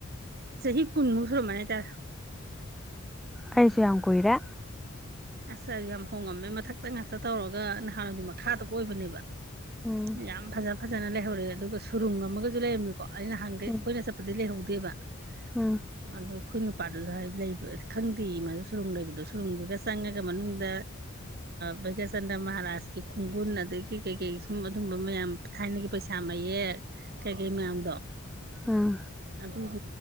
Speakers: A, on the right (about 45°); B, in the centre.
A: ꯆꯍꯤ ꯀꯨꯟꯃꯨꯛ ꯁꯨꯔꯝꯃꯅꯤ ꯍꯥꯏꯇꯥꯔꯦ
B: ꯑꯩꯁꯨ ꯌꯥꯝ ꯀꯨꯏꯔꯦ
A: ꯑꯁ ꯑꯗꯨ ꯌꯥꯝ ꯍꯣꯡꯉꯝꯃꯦ ꯃꯊꯛꯇ ꯉꯥꯛꯇ ꯇꯧꯔꯒ ꯅꯍꯥꯟꯋꯥꯗꯤ ꯃꯈꯥꯗ ꯀꯣꯏꯕꯅꯦꯕ
B: ꯎꯝ
A: ꯌꯥꯝ ꯐꯖ ꯐꯖꯅ ꯂꯩꯍꯧꯔꯦ ꯑꯗꯨꯒ ꯁꯨꯔꯨꯡ ꯑꯃꯒꯁꯨ ꯂꯩꯔꯝꯃꯤꯀꯣ ꯑꯩ ꯅꯍꯥꯟꯗꯩ
B: ꯎꯝ
A: ꯑꯩꯈꯣꯏꯅ ꯆꯠꯄꯗꯤ ꯂꯩꯍꯧꯗꯦꯕ ꯑꯗꯨ
B: ꯎꯝ
A: ꯑꯗꯨ ꯑꯩꯈꯣꯏ ꯅꯨꯄꯥꯗꯨꯁꯨ ꯍꯥꯏ ꯂꯩꯕ ꯈꯪꯗꯦ ꯏꯃꯥꯗ ꯁꯨꯔꯨꯝ ꯂꯩꯕꯗꯣ ꯁꯨꯔꯨꯝꯒ ꯆꯪꯉꯒ ꯃꯅꯨꯡꯗ ꯚꯩꯒ꯭ꯌꯆꯟꯗ꯭ꯔ ꯃꯍꯥꯔꯥꯖꯀꯤ ꯈꯣꯡꯒꯨꯟ ꯑꯗꯒꯤ ꯀꯩꯀꯩ ꯁꯨꯝ ꯑꯗꯨꯝꯕ ꯃꯌꯥꯝ ꯊꯥꯏꯅꯒꯤ ꯄꯩꯁꯥ ꯃꯌꯦꯛ ꯀꯩꯀꯩ ꯃꯌꯥꯝꯗꯣ
B: ꯎꯝ
A: ꯑꯗꯨ